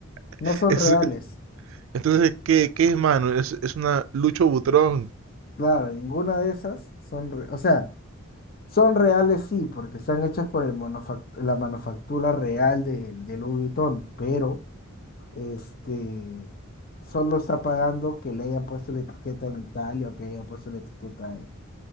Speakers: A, on the right; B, on the left.
A: <laughs>
B: no son
A: Es-
B: reales.
A: entonces, ¿qué, qué es, mano? Es, es una Lucho Butrón.
B: Claro, ninguna de esas son, re- o sea, son reales sí, porque están hechas por el manufac- la manufactura real de, de Louis Vuitton, pero este solo está pagando que le hayan puesto la etiqueta en Italia o que hayan puesto la etiqueta en,